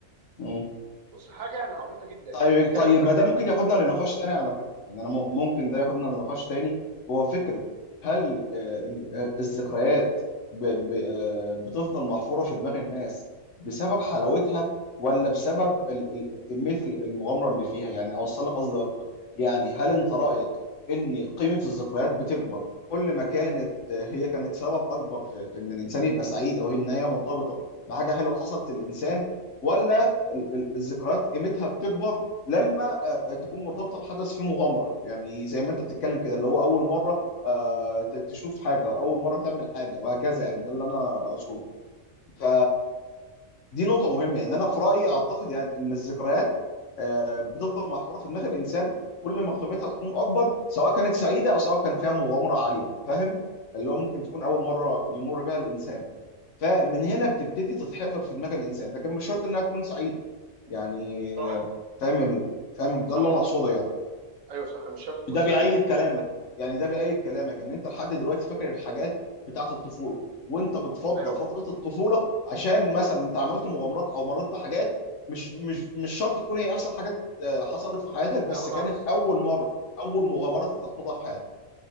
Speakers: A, on the left; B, on the right.
A: مم.
B: بص حاجه يعني عبيطه جدا
A: طيب
B: يعني مكان
A: طيب
B: مك...
A: ما ده ممكن ياخدنا لنقاش تاني على فكرة يعني انا م- ممكن ده ياخدنا
B: مم.
A: لنقاش تاني وهو فكرة هل آه، ال- آه، الذكريات ب- ب- آه، بتفضل محفورة في دماغ الناس بسبب حلاوتها ولا بسبب ال- ال- كمية ال- المغامرة اللي فيها يعني اوصل لك قصدي اكتر يعني هل انت رأيك ان قيمة الذكريات بتكبر كل ما كانت آه، هي كانت سبب اكبر في في ان الانسان يبقى سعيد او ان هي مرتبطة بحاجة حلوة حصلت للانسان ولا ال- ال- الذكريات قيمتها بتكبر لما آه، آه، تكون مرتبطه بحدث فيه مغامره يعني زي ما انت بتتكلم كده اللي هو اول مره آه، ت- تشوف حاجه او اول مره تعمل حاجه وهكذا يعني ده اللي انا
B: مم.
A: اقصده ف دي نقطه مهمه يعني انا في رايي اعتقد يعني ان الذكريات آه، بتفضل محفوره في دماغ الانسان كل ما قيمتها تكون اكبر سواء كانت سعيده او سواء كان فيها مغامره عاليه فاهم اللي هو ممكن تكون
B: ايوه
A: اول مره يمر بها الانسان فمن هنا بتبتدي تتحفر في دماغ الانسان لكن مش شرط انها تكون سعيده يعني
B: صح
A: فاهم ال- فاهم
B: صح
A: ده اللي انا اقصده
B: صح
A: يعني
B: ايوه صح مش شرط تكون
A: ده
B: سعيده
A: بيأيد كلامك يعني ده بيأيد كلامك
B: إيه؟
A: ان انت لحد دلوقتي فاكر الحاجات بتاعت الطفوله وانت بتفضل
B: ايوه
A: فتره الطفوله عشان مثلا انت عملت مغامرات او مريت بحاجات مش مش مش شرط تكون هي احسن حاجات آه، حصلت في حياتك بس
B: لا خالص
A: كانت اول مره اول مغامرات انت تخوضها في حياتك